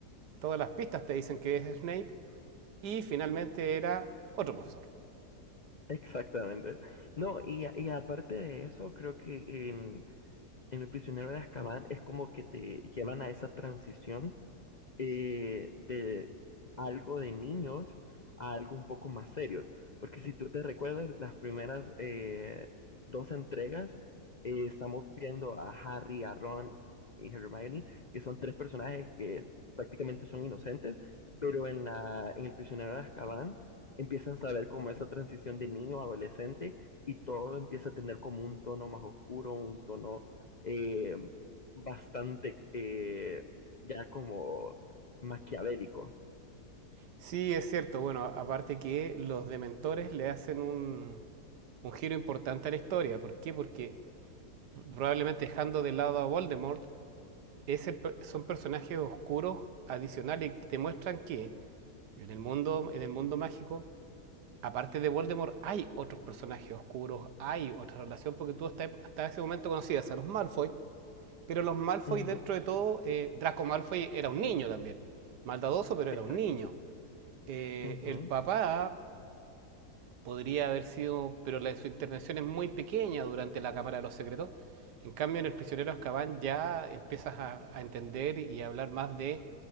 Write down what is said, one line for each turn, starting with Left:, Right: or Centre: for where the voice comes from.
Right: todas las pistas te dicen que es Snape, y finalmente era otro profesor.
Left: Exactamente. No, y, a- y aparte de eso, creo que en, en El prisionero de Azkaban es como que te llevan a esa transición eh, de algo de niños a algo un poco más serio. Porque si tú te recuerdas, las primeras eh, dos entregas eh, estamos viendo a Harry, a Ron y Hermione, que son tres personajes que prácticamente son inocentes, pero en, la, en El prisionero de Azkaban empiezan a ver como esa transición de niño a adolescente y todo empieza a tener como un tono más oscuro, un tono eh, bastante eh, ya como Maquiavélico.
Right: Sí, es cierto, bueno, aparte que los dementores le hacen un, un giro importante a la historia, ¿por qué? Porque probablemente dejando de lado a Voldemort, es el, son personajes oscuros adicionales que te muestran que en el mundo, en el mundo mágico aparte de Voldemort, hay otros personajes oscuros, hay otra relación, porque tú hasta, hasta ese momento conocías a los Malfoy, pero los Malfoy,
Left: Ujú,
Right: dentro de todo, eh, Draco Malfoy era un niño también, maldadoso, pero
Left: exacto.
Right: era un niño. Eh,
Left: Ujú.
Right: el papá podría haber sido, pero la, su intervención es muy pequeña durante la Cámara de los Secretos. En cambio, en El prisionero de Azkaban ya empiezas a, a entender y a hablar más de